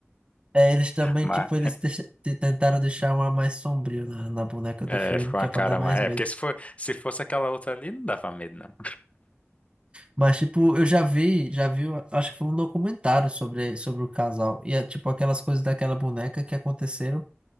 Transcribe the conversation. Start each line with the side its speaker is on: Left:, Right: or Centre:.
Right: É, eles também,
Left: Mas,
Right: tipo, eles deixa- te- tentaram deixar um ar mais sombrio na, na boneca
Left: é,
Right: do filme,
Left: ficou
Right: que
Left: uma
Right: é
Left: cara
Right: pra dar mais
Left: mais.
Right: medo.
Left: É, porque se for, se fosse aquela outra ali, não dava medo, não.
Right: Mas, tipo, eu já vi, já vi, eu acho que foi um documentário sobre, sobre o casal. E é, tipo, aquelas coisas daquela boneca que aconteceram.